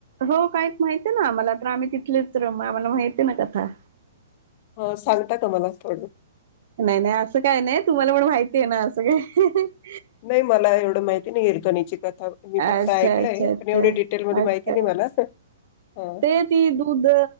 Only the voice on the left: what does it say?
अ सांगता का मला थोडं
नाही मला एवढं माहिती नाही हिरकणी ची कथा मी
फक्त ऐकलंय,
पण एवढी डिटेल मध्ये
माहिती नाही मला. हां.